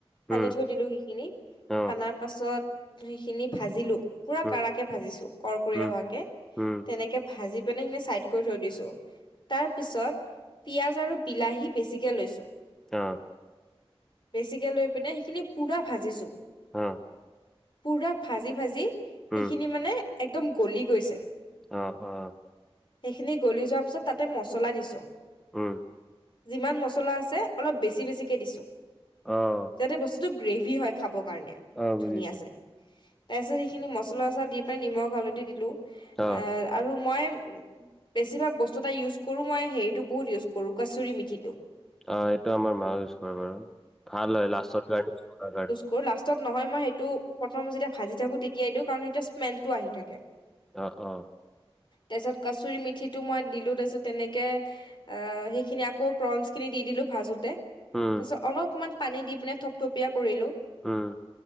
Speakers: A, on the left; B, in the centre.
A: সানি
B: উম
A: থৈ দিলো সিখিনি
B: অ
A: সানাৰ পাছত সেইখিনি ভাজিলোঁ পুৰা
B: উম
A: কাৰা কে ভাজিছো কৰকীয়া
B: উম
A: হোৱাকে,
B: উম
A: তেনেকে ভাজি <unintelligible> সে-খিনি চাইড কৰি থৈ দিছোঁ তাৰ পিছত পিয়াজ আৰু বিলাহী পেচি কে লৈছোঁ
B: অ
A: বেছিকে লৈ পিনে সেইখিনি পূৰা ভাজিছোঁ।
B: অ
A: পুৰা ভাজি-ভাজি সিখিনি
B: উম
A: মানে একদম গলি গৈছে।
B: অঁ অঁ
A: সেইখিনি গলি যোৱাৰ পিছত তাতে মছলা দিছোঁ।
B: উম
A: যিমান মছলা আছে অলপ বেছি বেছিকে দিছোঁ।
B: অঁ
A: যাতে বস্তুটো গ্ৰেভি হয় খাবৰ কাৰণে,
B: অ বুজিছো
A: ধুনীয়া ছে তাৰছত সেইখিনি মচলা-চচা দি পাই নিমখ হালধি দিলোঁ,
B: অ।
A: আহ আৰু মই বেছিভাগ বস্তু এটা ইউজ কৰোঁ মই হেৰিটো বহুত ইউজ কৰোঁ কচুুৰি মিঠিটো
B: অঁ এইটো আমাৰ মা'ও ইউজ কৰে বাৰু, ভাল হয় লাষ্টৰ কাৰণে ইউজ কৰাৰ কাৰণে
A: কৰ লাষ্টত নহয় মই সেইটো প্ৰথম যেতিয়া ভাজি থাকো তেতিয়াই দিওঁ কাৰণ সেইতিয়া স্মেলটো আহি থাকে।
B: অ অ
A: তাৰপিছত কাচুৰি মিঠিটো মই দিলো তাৰপিছত তেনেকে এ সেইখিনি আকৌ প্ৰনচ খিনি দি দিলোঁ ভাজো তে,
B: উম
A: তাৰ পিছত অলপমান পানী দি পিনে থপথপিয়া কৰিলোঁ।
B: উম